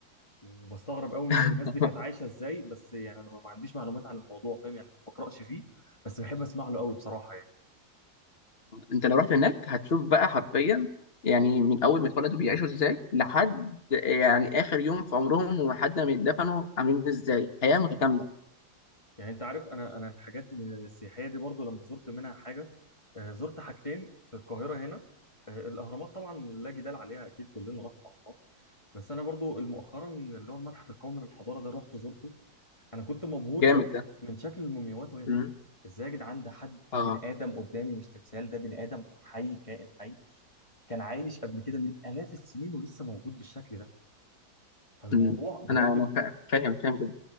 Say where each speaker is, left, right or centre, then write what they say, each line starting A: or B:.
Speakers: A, on the left; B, on the left.
A: وبستغرب قوي من الناس
B: <laughs>
A: دي كانت عايشه ازاي بس يعني انا ما عنديش معلومات عن الموضوع فاهم يعني ما بقراش فيه بس بحب اسمع له قوي بصراحه يعني
B: أنت لو رحت هناك هتشوف بقى حرفيا يعني من أول ما اتولدوا بيعيشوا إزاي لحد يعني آخر يوم في عمرهم ولحد ما يتدفنوا عاملين إزاي حياة متكاملة
A: يعني انت عارف انا انا الحاجات من السياحيه دي برضو لما زرت منها حاجه آه، زرت حاجتين في القاهره هنا آه، الاهرامات طبعا لا جدال عليها اكيد كلنا رحنا الاهرامات بس انا برضو مؤخرا اللي هو المتحف القومي للحضاره ده رحت زرته انا كنت مبهور
B: جامد
A: قوي
B: ده
A: من شكل المومياوات وهي
B: مم.
A: تحت ازاي يا جدعان ده حد
B: اه
A: بني ادم قدامي مش تمثال ده بني ادم حي كائن حي كان عايش قبل كده من آلاف السنين ولسه موجود بالشكل ده فالموضوع
B: مم.
A: بجد
B: أنا أنا فا- فاهم فاهم جدا